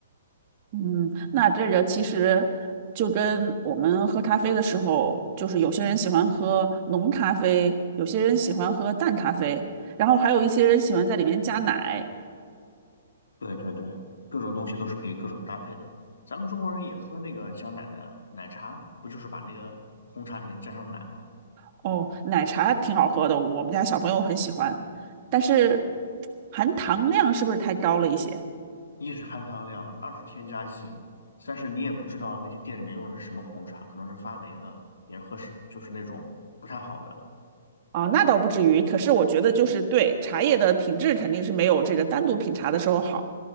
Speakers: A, on the right; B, on the left.
A: 嗯，那这个其实就跟我们喝咖啡的时候，就是有些人喜欢喝浓咖啡，有些人喜欢喝淡咖啡，然后还有一些人喜欢在里面加奶。
B: 对对对，各种东西都是可以各种搭配的。咱们中国人也喝那个加奶的奶茶，不就是把那个红茶里面加上奶嘛？
A: 哦，
B: 嗯。
A: 奶茶挺好喝的，我们家小朋友很喜欢，但是
B: 对。
A: 含糖量是不是太高了一些？
B: 一是含糖量，二是添加剂，三是你也不知道那些店里面用的是什么红茶，可能是发霉的，别人喝是就是那种不太好的。
A: 啊，
B: 嗯
A: 那倒不至于，可是我觉得就是对茶叶的品质肯定是没有这个单独品茶的时候好。